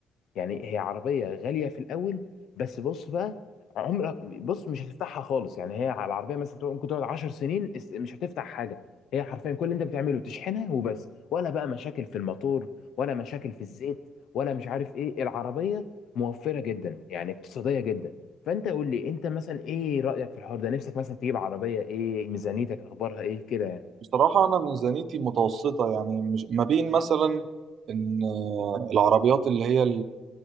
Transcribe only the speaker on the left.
يعني هي عربية غالية في الأول بس بص بقى عمرك بص مش هتفتحها خالص يعني هي على العربية مثلا تقعد- ممكن تقعد 10 سنين اس- مش هتفتح حاجة هي حرفيا كل اللي أنت بتعمله تشحنها وبس ولا بقى مشاكل في الموتور ولا مشاكل في الزيت ولا مش عارف إيه العربية موفرة جدا يعني اقتصادية جدا فأنت قول لي أنت مثلا إيه رأيك في الحوار ده نفسك مثلا تجيب عربية إيه ميزانيتك أخبارها إيه كده يعني